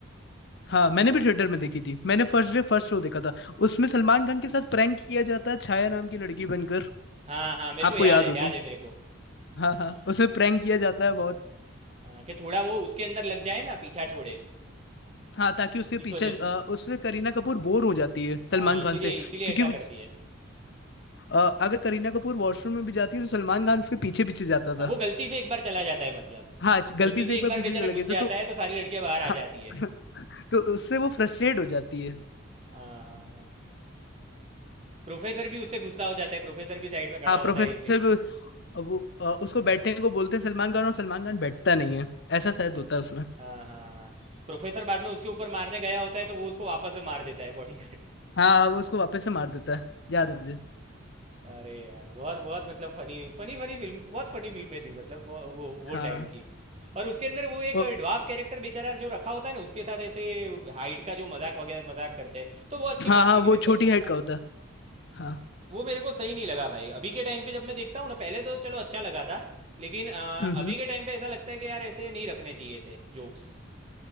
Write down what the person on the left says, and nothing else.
हाँ मैंने भी थिएटर में देखी थी मैंने फर्स्ट
डे फर्स्ट शो देखा था उसमें सलमान खान के साथ प्रैंक किया जाता है छाया नाम की लड़की बनकर
आपको
याद
हो
तो
हाँ हाँ
उसमें प्रैंक किया जाता है बहुत
हाँ ताकि उसके
पीछे
अ, उससे करीना कपूर बोर हो जाती है सलमान
खान से
क्योंकि
वो
अ, अगर करीना कपूर वॉशरूम में भी जाती है तो सलमान खान उसके पीछे पीछे जाता
था
हाँ गलती
से एक
बार
पीछे
चले
गए तो
तो
हाँ,
<laughs> तो उससे वो फ्रस्ट्रेट हो जाती है
हाँ
प्रोफेसर
वो वो अ, उसको बैठने को बोलते हैं सलमान खान और सलमान खान बैठता नहीं है ऐसा शायद
होता है उसमें
हाँ हाँ वो उसको वापस से मार देता है याद है मुझे
हाँ
ओ,
हाँ
हाँ
वो
छोटी
हाइट
का होता है हाँ
हम्म
हम्म